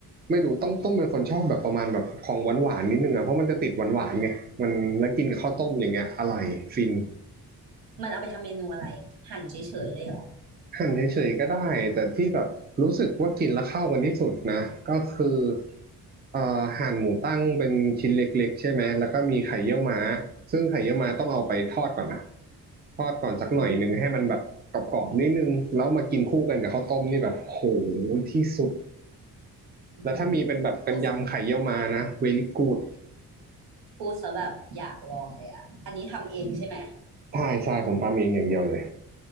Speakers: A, on the right; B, on the right.
A: ไม่รู้ต้องต้มเป็นคนชอบแบบประมาณแบบของหวานๆนิดนึงอ่ะเพราะมันจะติดหวานๆไงมันแล้วกินกับข้าวต้มอย่างเงี้ยอร่อยฟิน
B: มันเอาไปทำเมนูอะไรหั่นเฉยๆเลยเหรอ
A: หั่นเฉยๆก็ได้แต่ที่แบบรู้สึกว่ากินแล้วเข้ากันที่สุดนะก็คือเอ่อหั่นหมูตั้งเป็นชิ้นเล็กๆใช่ไหมแล้วก็มีไข่เยี่ยวม้าซึ่งไข่เยี่ยวม้าต้องเอาไปทอดก่อนนะทอดก่อนสักหน่อยหนึ่งให้มันแบบกรอบๆนิดนึงแล้วมากินคู่กันกับข้าวต้มนี่แบบโห
B: อืม
A: ที่สุดแล้วถ้ามีเป็นแบบเป็นยำไข่เยี่ยวม้านะ
B: หืมพูด
A: very good
B: พูดซะแบบอยากลองเลยอ่ะอันนี้ทำเองใช่ไหม
A: ใช่ใช่ผมทำเองอย่างเดียวเลย